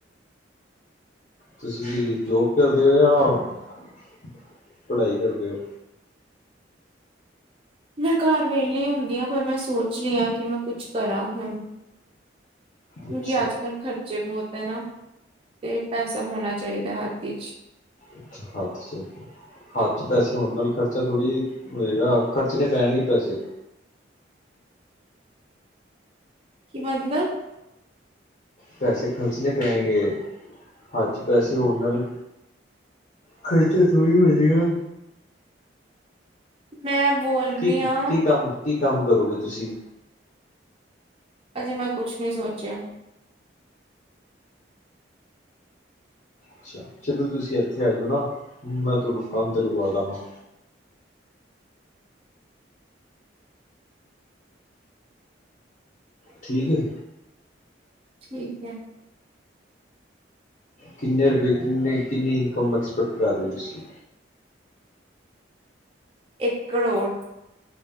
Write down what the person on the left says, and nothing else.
ਤੁਸੀਂ ਜੋਬ ਕਰਦੇ ਓ। ਜਾਂ ਪੜ੍ਹਾਈ ਕਰਦੇ ਓ।
ਅੱਛਾ
ਅੱਛਾਹੱਥ ਵਿਚਪੈਸੇ ਹੋਣ ਨਾਲ ਖਰਚਾ ਥੋੜ੍ਹੀ ਹੋਏਗਾ ਖਰਚਣੇ ਪੈਣਗੇ ਪੈਸੇ
ਪੈਸੇ ਖਰਚਣੇ ਪੈਗੇ ਹੱਥ ਵਿੱਚ ਪੈਸੇ ਹੋਣ ਨਾਲ ਖਰਚਾ ਥੋੜੀ ਹੋ ਜਾਏਗਾ।
ਕੀ
ਕੀ ਕੰਮ ਕੀ ਕੰਮ ਕਰੋਗੇ ਤੁਸੀਂ
ਅੱਛਾ ਚਲੋ ਤੁਸੀਂ ਇੱਥੇ ਆ ਜਾਓ ਨਾ ਮੈਂ ਤੁਹਾਨੂੰ ਕੰਮ ਤੇ ਲਗਵਾ ਦੇਵਾਂਗਾ। ਠੀਕ ਹੈ।
ਕਿੰਨੇ ਰੁਪਏ ਕਿੰਨੇ ਇਨਕਮ ਐਕਸਪੈਕਟ ਕਰ ਰਹੇ ਤੁਸੀਂ